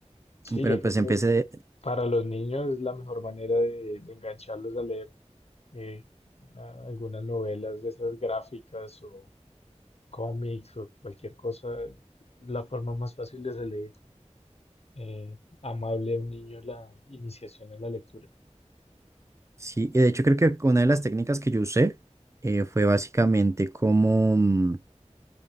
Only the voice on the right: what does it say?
Pero
pues
empecé,
Sí, y de hecho creo que una de las técnicas que yo usé eh, fue básicamente como mm,